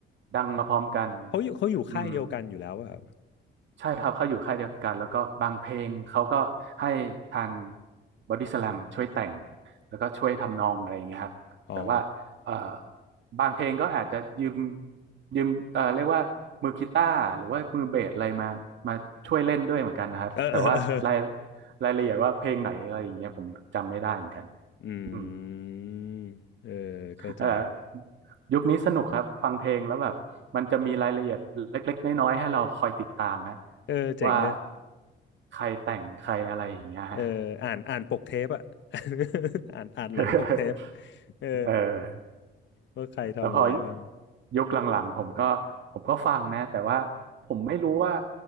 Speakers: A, on the right; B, on the left.
A: ดังมาพร้อมกัน
B: เขาอยู่เขาอยู่ค่ายเดียวกันอยู่แล้วอะครับ
A: อืม ใช่ครับเขาอยู่ค่ายเดียวกันแล้วก็บางเพลงเขาก็ให้ทางบอดี้ส a ลมช่วยแต่งแล้วก็ช่วยทำนองอะไรอย่างเงี้ยครับแต่ว่าเอ่อ
B: อ๋อ
A: บางเพลงก็อาจจะยืมยืมเอ่อเรียกว่ามือกีตาร์หรือว่ามือเบสอะไรมามาช่วยเล่นด้วยเหมือนกันนะครับแต่ว่าราย
B: เออเออเออ <laughs>
A: รายละเอียดว่าเพลงไหนอะไรอย่างเงี้ยผมจำไม่ได้เหมือนกัน
B: อื
A: อืม
B: มเออเข้าใจ
A: เออยุคนี้สนุกครับฟังเพลงแล้วแบบมันจะมีรายละเอียดเล็กๆน้อยๆให้เราคอยติดตามฮะ
B: เออเจ๋งเนอะ
A: ว่าใครแต่งใครอะไรอย่างเงี้ยฮะ
B: เอออ่านอ่านปกเทปอะ <laughs> อ่านอ่านหลังปกเทป
A: <laughs>
B: เออ
A: เออ
B: ว่าใครทำอะไรบ้าง
A: แล้วพอยุคหลังๆผมก็ผมก็ฟังนะแต่ว่าผมไม่รู้ว่า